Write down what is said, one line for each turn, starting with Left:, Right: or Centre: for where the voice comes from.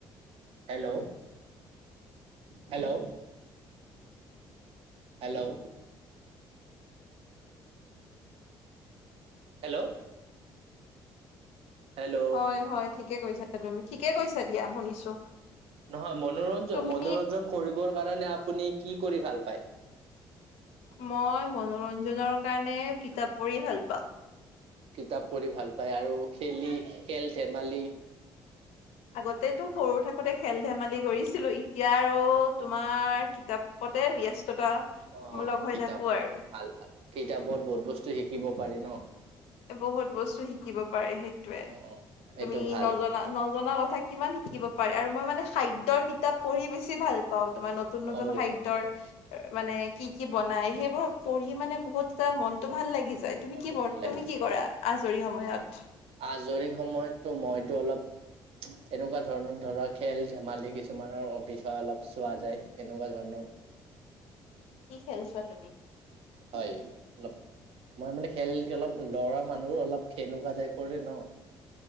Right: hello hello hello hello hello
Left: হয় হয় ঠিকে কৈছ <unintelligible> ঠিকে কৈছা দিয়া শুনিছো
Right: নহয় মনোৰঞ্জন
Left: তুমি
Right: মনোৰঞ্জন কৰিবৰ কাৰণে আপুনি কি কৰি ভাল পায়
Left: মই মনোৰঞ্জনৰ কাৰণে কিতাপ পঢ়ি ভাল পাওঁ
Right: কিতাপ পঢ়ি ভাল পায় আৰু খেলি খেল ধেমালি
Left: আগতেতো সৰু থাকোতে খেল ধেমালি কৰিছিলো এতিয়া আৰু তোমাৰ কিতাপ পত তে ব্যস্ততামূলক
Right: অ',
Left: হৈ
Right: কিতাপ
Left: থাকো আৰু
Right: ভাল ভাল কিতাপত বহুত বস্তু শিকিব পাৰি ন।
Left: বহুত বস্তু শিকিব পাৰি সেইটোৱে
Right: অ', সেইটো
Left: তুমি
Right: ভাল
Left: নজনা ন জনা কথা কিমান শিকিব পাৰাৰে আৰু মই মানে খাদ্যৰ
Right: অ',
Left: কিতাপ পঢ়ি বেছি ভাল পাওঁ। তোমাৰ নতুন নতুন
Right: অ',
Left: খাদ্যৰ মানে কি কি বনাই সেইবোৰ পঢ়ি মানে বহুত এটা মনতটো ভাল লাগি যায় তুমি
Right: মনটো
Left: কি বৰ্ত-
Right: ভাল লাগে।
Left: তুমি কি কৰা আজৰি সময়ত
Right: আজৰি সময়ততো মইতো অলপ এনেকুৱা ধৰণৰ ধৰা খেল ধেমালি কিছুমানৰ বিষয় অলপ চোৱা যায় এনেকুৱা ধৰণৰ হয়
Left: কি খেলচোৱা তুমি?
Right: হয় অলপ মই মানে খেল অলপ ল'ৰা মানুহ অলপ সেনেকুৱা টাইপৰে ন,